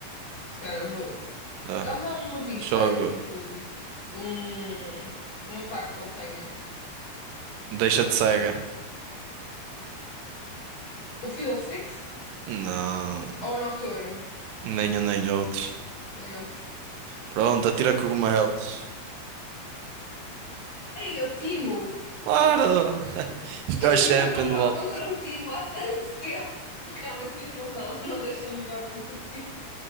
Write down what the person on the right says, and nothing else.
Ah,
jogo
Deixa-te Cega.
Não,
nenhum nem outro.
Pronto, atira cogumelos.
Claro! <laughs> Melhor
champion
do LoL.